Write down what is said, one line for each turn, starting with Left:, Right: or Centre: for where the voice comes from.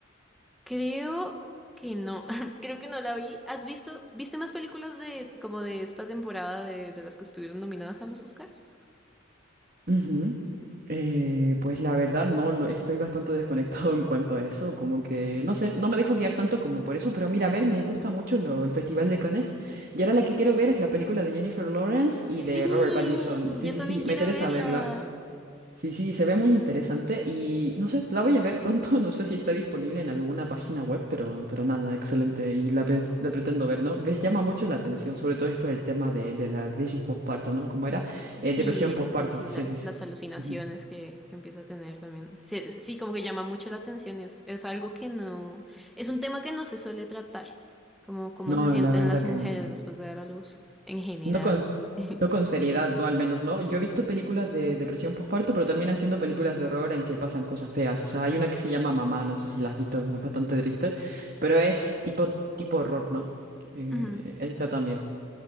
Centre: Creo que no, <laughs> creo que no la vi. ¿Has visto, viste más películas de como de esta temporada de, de las que estuvieron nominadas a los Oscars?
Right: Ujú. Eh, pues la verdad, no, lo- estoy bastante desconectado en cuanto a eso. Como que, no sé, no me dejo guiar tanto como por eso. Pero mira, a ver, me gusta mucho lo- el Festival de Cannes. Y ahora la que quiero ver es la película de Jennifer Lawrence y
Centre: Sí,
Right: de Robert Pattinson. Sí,
Centre: yo
Right: sí,
Centre: también
Right: sí,
Centre: quiero
Right: me interesa
Centre: verla.
Right: verla. Sí, sí, se ve muy interesante y no sé, la voy a ver pronto, <laughs> no sé si está disponible en alguna página web, pero, pero nada, excelente y la, pre- la pretendo ver, ¿no? Ves, llama mucho la atención, sobre todo esto del tema de, de la crisis postparto, ¿no? ¿Cómo era? Eh,
Centre: Sí,
Right: depresión postparto,
Centre: las, aluci-
Right: sí,
Centre: las,
Right: sí, sí.
Centre: las alucinaciones
Right: Ujú.
Centre: que, que empieza a tener también. Sí, sí, como que llama mucho la atención y es, es algo que no, es un tema que no se suele tratar, como cómo
Right: No,
Centre: se sienten
Right: la verdad
Centre: las
Right: que
Centre: mujeres
Right: no.
Centre: después de dar a luz en general.
Right: No con,
Centre: <laughs>
Right: no con seriedad, no al menos, ¿no? Yo he visto películas de depresión postparto, pero terminan siendo películas de horror en que pasan cosas feas. O sea, hay una que se llama Mamá, no sé si la has visto, es bastante triste, pero es tipo, tipo horror, ¿no? Eh,
Centre: Ujú.
Right: esta también.